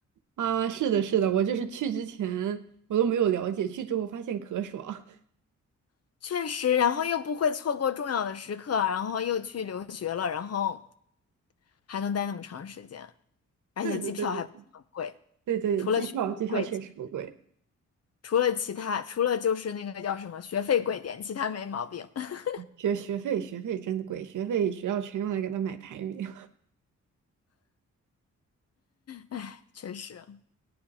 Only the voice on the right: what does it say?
啊？是的，是的，我就是去之前我都没有了解，去之后发现可爽。
<laughs>
对对对对对对，
机票机票确实不贵，
学学费学费真的贵，学费学校全用来给他买排名。